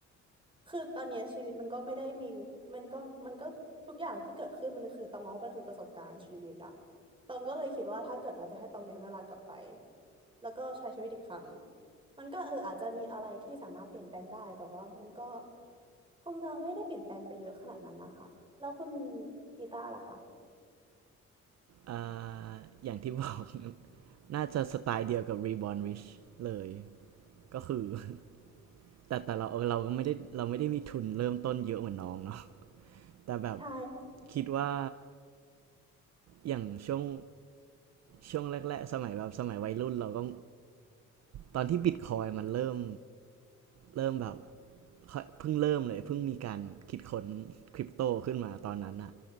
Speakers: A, on the right; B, on the right.
A: คือตอนเนี้ยชีวิตมันก็ไม่ได้มีมันก็มันก็ทุกอย่างที่เกิดขึ้นมันคือตองมองว่ามันคือประสบการณ์ชีวิตอะตองก็เลยคิดว่าถ้าเกิดเราจะให้ตองย้อนเวลากลับไปแล้วก็ใช้ชีวิตอีกครั้งมันก็เอออาจจะมีอะไรที่สามารถเปลี่ยนแปลงได้แต่ว่ามันก็คงจะไม่ได้เปลี่ยนแปลงไปเยอะขนาดนั้นนะคะแล้วคุณกีตาร์ล่ะคะ
B: อ่าอย่างที่บอก <laughs> น่าจะสไตล์เดียวกับ Reborn Rich เลยก็คือ <laughs> แต่แต่เราเราก็ไม่ได้เราไม่ได้มีทุนเริ่มต้นเยอะเหมือนน้องเนาะ <laughs> แต่แบบ
A: ใช่
B: คิดว่าอย่างช่วงช่วงแรกๆสมัยแบบสมัยวัยรุ่นเราก็ตอนที่บิ c คอยมันเริ่มเริ่มแบบเพิ่งเริ่มเลยเพิ่งมีการคิดค้นคริปโตขึ้นมาตอนนั้นอะ